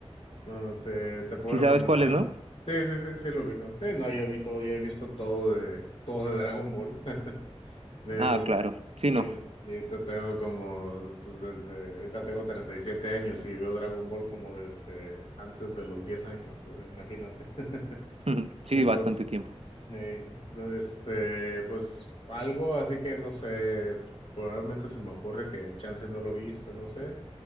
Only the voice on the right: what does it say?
¿Sí
sabes cuál es, no?
Ah, claro, sí,
no.
<laughs> Sí,
bastante tiempo.